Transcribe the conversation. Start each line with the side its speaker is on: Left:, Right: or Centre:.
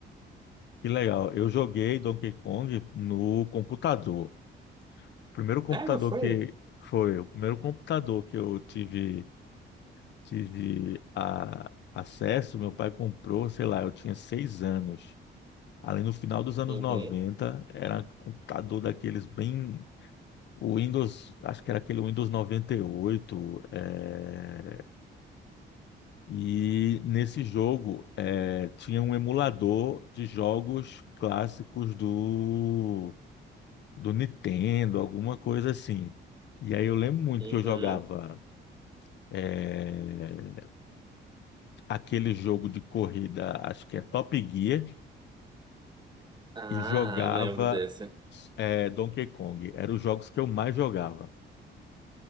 Left: Que legal. Eu joguei Donkey Kong no computador. O primeiro computador
Right: É, não foi?
Left: que foi, o primeiro computador que eu tive, tive a, acesso, meu pai comprou, sei lá, eu tinha seis anos. Ali no final dos anos
Right: Uhum,
Left: 90 era um computador daqueles bem, o Windows, acho que era aquele Windows noventa e oito é, E nesse jogo é, tinha um emulador de jogos clássicos do, do Nintendo, alguma coisa assim. E aí eu lembro muito
Right: uhum.
Left: que eu jogava é, aquele jogo de corrida, acho que é Top Gear,
Right: Ah,
Left: e jogava
Right: eu lembro desse.
Left: é, Donkey Kong. Eram os jogos que eu mais jogava.